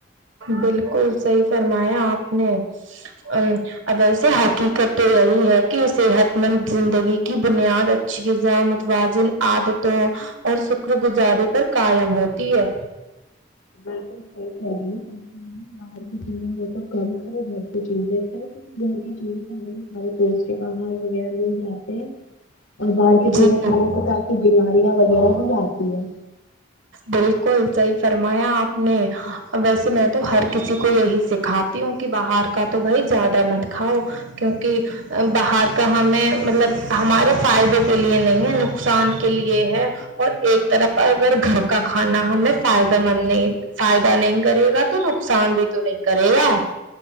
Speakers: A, on the right (about 85°); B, on the left (about 85°).
A: بالکل صحیح فرمایا آپ نے ا اگر سے حقیقت تو یہی ہے کہ صحت مند زندگی کی بنیاد ا اچھی غذا متوازن عادتوں اور شکر گزاریے پر قائم ہوتی ہے
B: بالکل صحیح چلیے باہر کی چیزیں تو کم کھے گھر کی چیزیں گھر ہی سارے سارے <unintelligible> وغیرہ مل جاتے ہیں اور باہر کی
A: جی
B: چیزیں کھانے سے کافی بیماریاں وغیرہ بھی آتی ہیں
A: بالکل صحیح فرمایا آپ نے ویسے میں تو ہر کسی کو یہی سکھا تی ہوں کہ باہر کا تو بائی زیادہ مت کھاؤ کیونکہ باہر کا ہمیں مطلب ہمارے فائدے کے لیے نہیں ہے نقصان کے لیے ہے اور ایک طرف اگر گھر کا کھانا ہمیں فائدہ مند نہیں فائدہ نہیں کرے گا تو نقصان بھی تو نہیں کرے گا